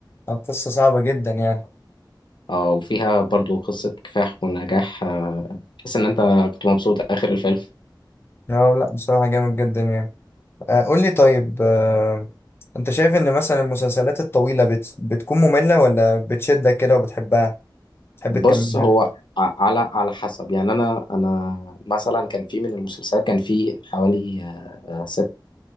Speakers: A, on the left; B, on the left.
A: عن قصة صعبة جدا يعني
B: اه وفيها برضو قصة كفاح ونجاح آه، تحس ان انت كنت مبسوط اخر الفيلم
A: لا لا بصراحة جامد جدا يعني آه، قول لي طيب آه، انت شايف ان مثلا المسلسلات الطويلة بت... بتكون مملة ولا بتشدك كده وبتحبها تحب
B: بص
A: تكملها
B: هو ع- على على حسب يعني انا انا مثلا كان في من المسلسلات كان في حوالي آه، ست